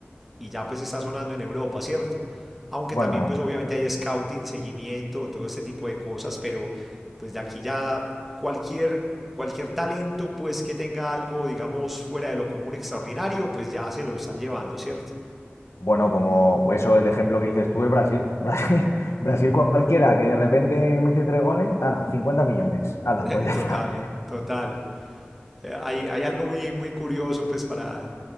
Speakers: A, in the centre; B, on the left (about 80°).
A: y ya pues está sonando en Europa, ¿cierto? Aunque
B: Bueno,
A: también pues obviamente hay scouting, seguimiento, todo este tipo de cosas, pero pues de aquí ya cualquier, cualquier talento pues que tenga algo, digamos, fuera de lo común, extraordinario, pues ya se lo están llevando, ¿cierto?
B: bueno, como eso, el ejemplo que dices tú es Brasil. <laughs> Brasil, Brasil cualquiera que de repente mete tres goles, ala, Cincuenta millones. Ala,
A: Eh,
B: pues ya
A: Total,
B: está.
A: total. Eh, Hay, hay algo muy, muy curioso pues para,